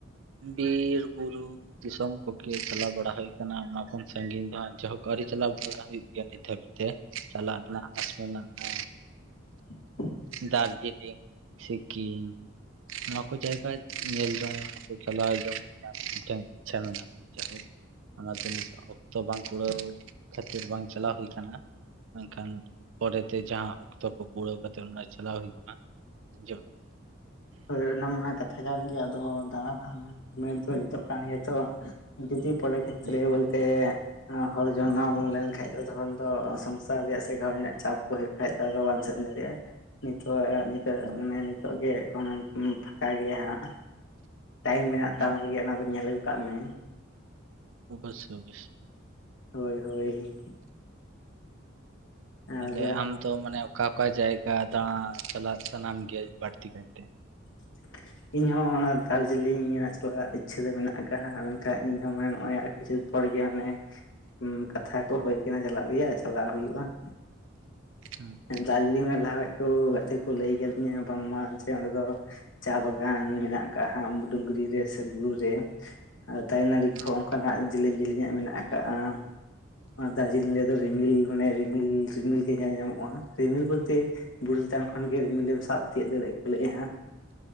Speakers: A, on the right; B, on the left.
A: ᱵᱤᱨ - ᱵᱩᱨᱩ ᱫᱤᱥᱚᱢ ᱠᱚᱜᱮ ᱪᱟᱞᱟᱣ ᱵᱟᱲᱟ ᱦᱩᱭ ᱟᱠᱟᱱᱟ ᱚᱱᱟ ᱠᱷᱚᱱ ᱥᱟᱺᱜᱤᱧ ᱫᱚ ᱦᱟᱸᱜ ᱡᱟᱦᱟᱸ ᱟᱹᱣᱨᱤ ᱪᱟᱞᱟᱣ <unintelligible> ᱦᱩᱭᱩᱜ ᱜᱮᱭᱟ ᱱᱤᱛ ᱫᱷᱟᱹᱵᱤᱡ ᱛᱮ, ᱪᱟᱞᱟᱜ ᱨᱮᱱᱟᱜ ᱦᱟᱜ ᱫᱟ <unintelligible>
B: <inaudible>
A: ᱫᱟᱨᱡᱤᱞᱤᱝ ᱥᱤᱠᱤᱢ ᱱᱚᱣᱟᱠᱚ ᱡᱟᱭᱜᱟ ᱧᱮᱞ <unintelligible> ᱪᱟᱞᱟᱣ ᱡᱚᱢ ᱨᱮᱱᱟᱜ ᱢᱤᱫᱴᱟᱝ ᱤᱪᱪᱷᱟᱹ ᱢᱮᱱᱟᱜᱼᱟ᱾ ᱡᱟᱭᱦᱳᱠ ᱚᱱᱟ ᱛᱮ ᱱᱤᱛᱚᱜ ᱚᱠᱛᱚ ᱵᱟᱝ ᱠᱩᱲᱟᱹᱣ ᱠᱷᱟᱹᱛᱤᱨ ᱵᱟᱝ ᱪᱟᱞᱟᱣ ᱦᱩᱭ ᱠᱟᱱᱟ᱾ ᱢᱮᱱᱠᱷᱟᱱ ᱯᱚᱨᱮᱛᱮ ᱡᱟᱦᱟᱸ ᱚᱠᱛᱚ ᱠᱚ ᱯᱩᱨᱟᱹᱣ ᱠᱟᱛᱮᱫ ᱚᱱᱟ ᱪᱟᱞᱟᱣ ᱦᱩᱭᱩᱜᱼᱟ᱾ ᱟᱸᱡᱚᱢ
B: ᱦᱳᱭ ᱚᱱᱟ ᱢᱟ ᱠᱟᱛᱷᱟ ᱠᱟᱱ ᱜᱮᱭᱟ ᱟᱫᱚ ᱫᱟᱬᱟ ᱱᱟᱜ ᱢᱮᱱ <unintelligible> ᱱᱤᱛᱚᱜ ᱠᱟᱱ ᱜᱮᱭᱟ ᱛᱚ ᱡᱩᱫᱤ ᱯᱚᱲᱟ ᱠᱦᱮᱛᱨᱮ
A: ᱦᱮᱸ ᱦᱮᱸ
B: ᱵᱚᱞᱛᱮ ᱦᱚᱲ ᱡᱚᱱᱚᱢ ᱞᱮᱱᱠᱷᱟᱡ ᱫᱚ ᱛᱚᱠᱷᱚᱱ ᱫᱚ, ᱥᱚᱝᱥᱟᱨ ᱨᱮᱭᱟᱜ ᱥᱮᱸ ᱠᱟᱢᱤ ᱨᱮᱱᱟᱜ ᱪᱟᱸᱯ ᱯᱩᱨᱟ ᱠᱷᱟᱡ ᱫᱚ ᱟᱫᱚ ᱵᱟᱢ ᱥᱮᱱ ᱫᱟᱲᱮᱭᱟᱜᱼᱟ᱾ ᱱᱤᱛᱚᱜ ᱱᱤᱛᱚᱜ
A: ᱦᱮᱸ
B: ᱢᱟᱱᱮ ᱱᱤᱛᱚᱜ ᱜᱮ ᱮᱠᱷᱚᱱ ᱯᱷᱟᱠᱟ ᱜᱮᱭᱟ ᱦᱟᱸᱜ ᱴᱟᱭᱤᱢ ᱢᱮᱱᱟᱜ
A: ᱦᱮᱸ
B: ᱛᱟᱢ ᱨᱮᱜᱮ ᱚᱱᱟ ᱫᱚ ᱧᱮᱞ ᱟᱹᱜᱩ ᱠᱟᱜ ᱢᱮ
A: ᱚᱵᱚᱥᱚ - ᱚᱵᱚᱥᱚ ᱾
B: ᱦᱳᱭ- ᱦᱳᱭ
A: ᱛᱟᱦᱚᱞᱮ
B: ᱟᱨ
A: ᱟᱢ ᱫᱚ ᱢᱟᱱᱮ ᱚᱠᱟ ᱚᱠᱟ ᱡᱟᱭᱜᱟ ᱫᱟᱬᱟ ᱪᱟᱞᱟᱜ ᱥᱟᱱᱟᱢ ᱜᱮ ᱵᱟᱹᱲᱛᱤ ᱠᱟᱭᱛᱮ?
B: <inaudible> ᱤᱧ ᱦᱚᱸᱚᱸ ᱚᱱᱟ ᱫᱟᱨᱡᱤᱞᱤᱝ ᱜᱮᱱᱟᱼᱜ ᱪᱟᱞᱟᱜ ᱤᱪᱷᱟᱹ ᱫᱚ ᱢᱮᱱᱟᱜ ᱟᱠᱟᱫᱼᱦᱟᱸᱜ, ᱢᱮᱱᱠᱷᱟᱱ ᱤᱧᱦᱚᱸ ᱢᱟᱱᱮ ᱱᱚᱜ ᱠᱤᱪᱷᱩ ᱯᱚᱨ ᱜᱮ ᱱᱮᱜ ᱮ ᱠᱟᱛᱷᱟ ᱠᱚ ᱦᱳ ᱠᱟᱱᱟ ᱪᱟᱞᱟᱜ ᱨᱮᱭᱟᱜ, ᱪᱟᱞᱟᱜ ᱦᱩᱭᱩᱜᱼᱟ᱾ <inaudible>
A: ᱦᱚᱸ
B: ᱫᱟᱨᱡᱤᱞᱤᱝ ᱨᱮ ᱞᱟᱣᱮᱛ ᱠᱚ ᱜᱟᱛᱮ ᱠᱚ ᱞᱟᱹᱭ ᱟᱠᱟᱫᱤᱧᱟ, ᱵᱟᱝᱢᱟ ᱡᱮ ᱚᱸᱰᱮ ᱫᱚ ᱪᱟ ᱵᱟᱜᱟᱱ ᱢᱮᱱᱟᱜ ᱠᱟᱼᱟ, ᱦᱟᱸᱜ ᱰᱩᱝᱨᱤ ᱨᱮ ᱥᱮ ᱵᱩᱨᱩ ᱨᱮ ᱟᱨ ᱫᱟᱨᱮᱱᱟᱹᱲᱤ
A: ᱦᱮᱸ
B: ᱠᱚᱦᱚᱸ ᱚᱱᱠᱟᱱᱟᱼ ᱜ ᱡᱮᱞᱤᱧ - ᱡᱤᱞᱤᱧ ᱧᱟᱜ ᱢᱮᱱᱟᱜ ᱟᱠᱟᱟᱜᱼᱟ᱾ ᱟᱨ ᱫᱟᱨᱡᱤᱞᱤᱝ ᱨᱮᱫᱚ ᱢᱟᱱᱮ ᱨᱤᱢᱤᱞ ᱢᱟᱱᱮ ᱨᱤᱢᱤᱞ ᱨᱤᱢᱤᱞ ᱜᱮ ᱧᱮᱞ ᱧᱟᱢᱚᱜᱼᱟ, ᱨᱤᱢᱤᱞ ᱵᱚᱞᱛᱮ ᱵᱩᱨᱩ ᱪᱮᱛᱟᱱ ᱠᱷᱚᱱ ᱜᱮ ᱨᱤᱢᱤᱞ ᱮᱢ ᱥᱟᱵ ᱛᱤᱭᱳᱜ ᱫᱟᱲᱮᱭᱟᱜᱼᱟ ᱠᱚ ᱞᱟᱹᱭ ᱦᱟᱸᱜ